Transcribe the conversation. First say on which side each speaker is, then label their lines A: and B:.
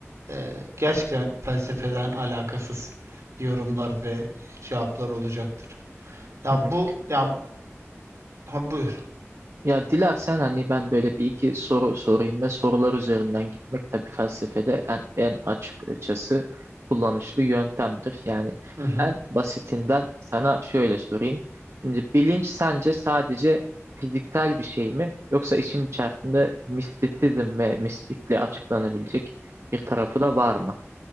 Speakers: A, on the right (about 80°); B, on the right (about 65°).
A: Ee, gerçekten felsefeden alakasız yorumlar ve cevaplar olacaktır. Ya
B: Hı hı.
A: bu ya ha buyur.
B: Ya dilersen hani ben böyle bir iki soru sorayım ve sorular üzerinden gitmek tabii felsefede en, en açıkçası kullanışlı yöntemdir. Yani
A: Hı hı.
B: en basitinden sana şöyle sorayım. Şimdi bilinç sence sadece fiziksel bir şey mi yoksa işin içerisinde mistisizm ve mistikle açıklanabilecek bir tarafı da var mı?